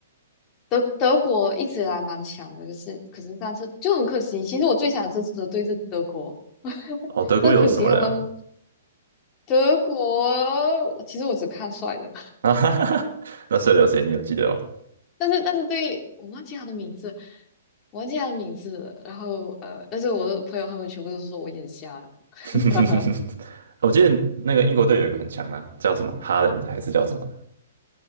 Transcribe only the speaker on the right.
哦，德国有什么人啊？
<laughs> 啊哈哈哈，那射流谁？你有记得吗？
<laughs>
我记得那个英国队有一个很强的啊叫什么哈兰还是叫什么？